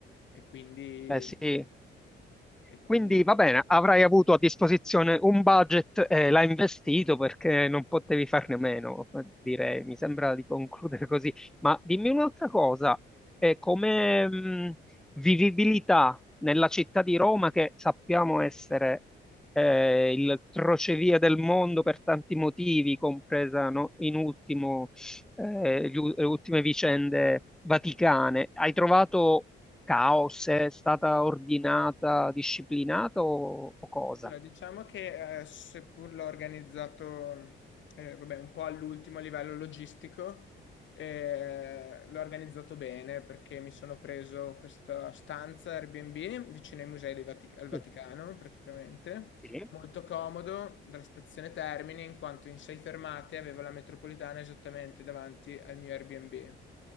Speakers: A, on the left; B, in the centre.
A: e quindi,
B: Eh sì,
A: e quindi
B: Quindi va bene, avrai avuto a disposizione un budget e l'hai investito perché non potevi farne a meno, eh, direi, mi sembra di concludere così. Ma dimmi un'altra cosa, eh, come mh, vivibilità nella città di Roma, che sappiamo essere eh, il crocevia del mondo per tanti motivi, compresa no, in ultimo eh, gli u- le ultime vicende vaticane, hai trovato caos? È stata ordinata, disciplinata o, o cosa?
A: Allora, diciamo che eh, seppur l'ho organizzato eh, vabbè, un po' all'ultimo a livello logistico, eh, l'ho organizzato bene perché mi sono preso questa stanza Airbnb vicino ai musei dei Vati- al Vaticano,
B: Sì,
A: praticamente,
B: Sì.
A: molto comodo dalla stazione Termini, in quanto in sei fermate avevo la metropolitana esattamente davanti al mio Airbnb.